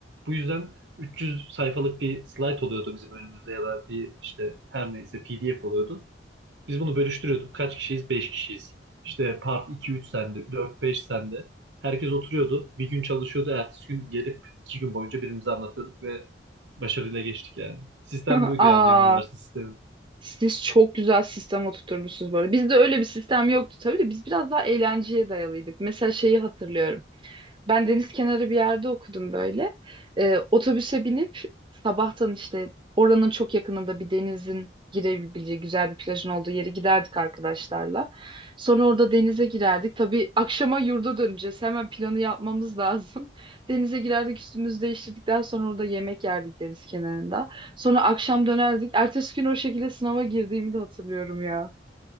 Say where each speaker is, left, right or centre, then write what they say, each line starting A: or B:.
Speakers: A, on the right; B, on the right.
A: Bu yüzden 300 sayfalık bir slide oluyordu bizim önümüzde ya da bir işte her neyse PDF oluyordu. Biz bunu bölüştürüyorduk. Kaç kişiyiz? 5 kişiyiz. İşte part iki üç sende, dört beş sende. Herkes oturuyordu. Bir gün çalışıyordu. Ertesi gün gelip iki gün boyunca birbirimize anlatıyorduk ve başarıyla geçtik yani. Sistem
B: <laughs>
A: buydu
B: Aa,
A: yani benim üniversite sistemi.
B: siz çok güzel sistem oturtmuşsunuz bu arada. Bizde öyle bir sistem yoktu tabii de biz biraz daha eğlenceye dayalıydık. Mesela şeyi hatırlıyorum. Ben deniz kenarı bir yerde okudum böyle. Ee, otobüse binip sabahtan işte oranın çok yakınında bir denizin girebileceği güzel bir plajın olduğu yere giderdik arkadaşlarla. Sonra orada denize girerdik. Tabii akşama yurda döneceğiz. Hemen planı yapmamız lazım. <laughs> Denize girerdik, üstümüzü değiştirdikten sonra orada yemek yerdik deniz kenarında. Sonra akşam dönerdik. Ertesi gün o şekilde sınava girdiğimi de hatırlıyorum ya.